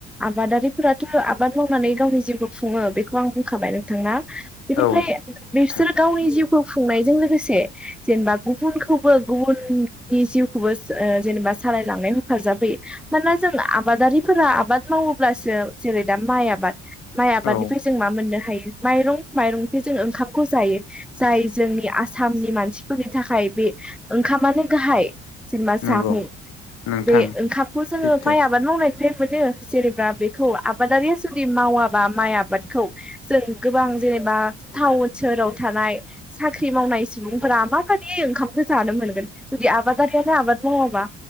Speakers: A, in the centre; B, on the left.
A: आबादारिफोराथ' आबाद मावनानै गावनि जिउखौ खुंङो बेखौ आं बुंखाबाय नोंथां ना बिनिफ्राय
B: औ बुंबाय नोंथां
A: बिसोरो गावनि जिउ खौ फुंनायजों लोगोसे जेनेबा गुबुनखौबो गुबुन नि जिउखौबो सो ओ जेनेबा सालायलांनाय हेफाजाबै मानोना जों आबादारिफोरा आबाद मावोब्लासो जेरै दा माइ आबाद माइ आबादनिफ्राय
B: औ
A: जों मा मोननो हायो माइरं माइरंफि जोंङो ओंखामखौ जायो जाय जोंनि आसामनि मानसिफोरनि थाखाय बे ओंखामानो गाहाय जेनमा जामुं
B: नंगौ नोंथां
A: बे ओंखामखौ जोंङो
B: सैथो
A: माइ आबाद मावनाय जे मोनो जेनेबा बेखौ आबादारिया सोरनि मावाबा माइ आबादखौ जों गोबां जेनेबा टाउन सोहोराव थानाय साख्रि मावनाय सुबुंफोरा माबायदि ओंखामखौ जानो मोनगोन। जुदि आबादारियानो आबाद मावाबा